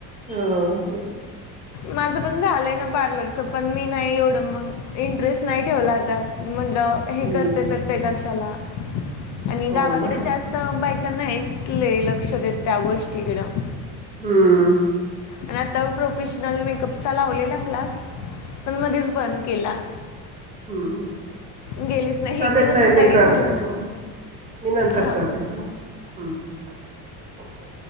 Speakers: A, on the right (about 15°); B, on the left (about 45°).
A: हो.
B: माझं पण झालंय ना पार्लरचं पण मी नाही एवढं मग इंटरेस्ट नाही ठेवलातात म्हंटलं हे
A: हं.
B: करते तर ते कशाला आणि
A: हो
B: गावाकडे
A: बरोबर.
B: जास्त बायक नाहीले लक्ष देत त्या गोष्टीकडं
A: हं.
B: आणि आता प्रोफेशनल मेकअपचा लावलेला क्लास पण मध्येच बंद केला
A: हम्म
B: गेलेच नाही
A: चालेल
B: एक दिवस
A: तय
B: सुद्धा
A: मी
B: काही
A: करते
B: भरला ना
A: तो मी नंतर
B: हां
A: करते तुम्हाला चालेल ओके